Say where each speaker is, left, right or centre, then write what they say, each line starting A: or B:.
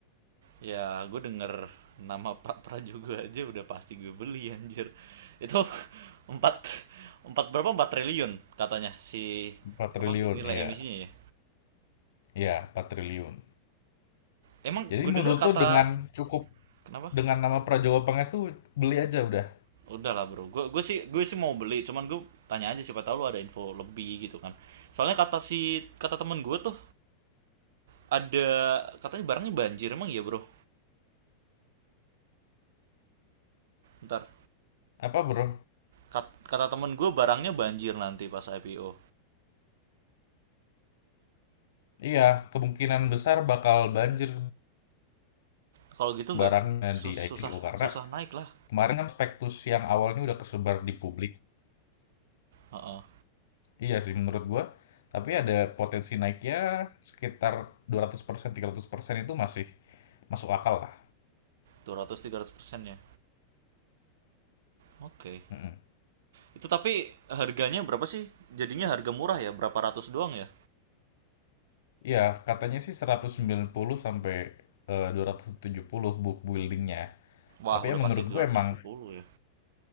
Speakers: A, on the right; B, on the left.
A: Ya, gue denger nama Pak Prajugo aja udah pasti gue beli anjir. Itu <laughs> 4 4 berapa? empat triliun katanya si
B: 4 triliun,
A: apa? Nilai
B: iya.
A: emisinya ya.
B: Iya, empat triliun.
A: Emang
B: Jadi
A: gue denger
B: menurut
A: kata
B: lu dengan cukup
A: kenapa?
B: dengan nama Prajawa Pangestu beli aja udah.
A: Udah lah bro, gue gue sih gue sih mau beli, cuman gue tanya aja siapa tahu lu ada info lebih gitu kan. Soalnya kata si kata temen gue tuh ada katanya barangnya banjir emang ya bro. Ntar
B: Apa, Bro?
A: Kat- kata temen gue barangnya banjir nanti pas IPO.
B: Iya, kemungkinan besar bakal banjir
A: Kalau gitu nggak
B: barangnya
A: sus-
B: di IPO
A: susah
B: karena
A: susah naik lah.
B: kemarin kan spektus yang awalnya udah kesebar di publik.
A: Heeh,
B: Iya sih menurut gua, tapi ada potensi naiknya sekitar 200%, 300% itu masih masuk akal lah.
A: 200-300 persen ya. Oke.
B: Mm-mm.
A: Itu tapi harganya berapa sih? Jadinya harga murah ya, berapa ratus doang ya?
B: Iya, katanya sih 190 sampai eh, 270 book buildingnya.
A: Wah
B: Tapi
A: udah
B: ya menurut
A: pasti dua
B: gue
A: ratus
B: emang
A: tujuh puluh ya.